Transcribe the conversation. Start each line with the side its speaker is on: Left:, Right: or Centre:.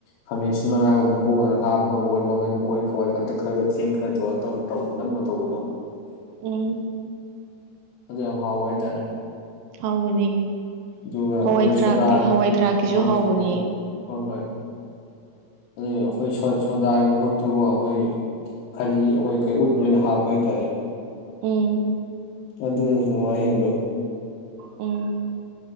Left: ꯈꯥꯃꯦꯟ ꯑꯁꯤꯟ ꯃꯅꯥꯒꯨꯝꯕ ꯍꯧꯧꯗꯅ ꯍꯥꯞꯄꯒ ꯑꯩꯈꯣꯏ ꯃꯪꯒꯟ ꯑꯩꯈꯣꯏ ꯈꯋꯥꯏ ꯀꯥꯡꯇꯛ ꯈꯔ ꯈꯔ ꯆꯦꯡ ꯈꯔ ꯇꯧꯔꯒ ꯇꯧꯔꯒ ꯇꯧꯕ ꯅꯪꯅ ꯇꯧꯕꯗꯣ
Right: ꯎꯝ
Left: ꯑꯗꯨ ꯌꯥꯝ ꯍꯥꯎꯕ ꯍꯥꯏꯇꯥꯔꯦ
Right: ꯍꯥꯎꯕꯅꯤ
Left: ꯑꯗꯨꯒ
Right: ꯍꯋꯥꯏ
Left: ꯑꯩꯈꯣꯏ
Right: ꯊꯔꯥꯛꯀꯤ
Left: ꯁꯣꯗꯥ
Right: ꯍꯋꯥꯏ ꯊꯔꯥꯛꯀꯤꯁꯨ
Left: ꯍꯣꯏ
Right: ꯍꯥꯎꯕꯅꯤ
Left: ꯊꯥꯎ ꯍꯣꯏ ꯍꯣꯏ ꯑꯗꯨꯩ ꯑꯩꯈꯣꯏ ꯁꯗꯥꯏ ꯃꯍꯨꯠꯇꯀꯣ ꯑꯩꯈꯣꯏ ꯈꯔꯤ ꯑꯩꯈꯣꯏ ꯀꯩ ꯎꯠ ꯑꯣꯏꯅ ꯍꯥꯞꯄ ꯍꯥꯏꯇꯥꯔꯦ
Right: ꯎꯝ
Left: ꯑꯗꯨ ꯋꯥꯍꯤ
Right: ꯎꯝ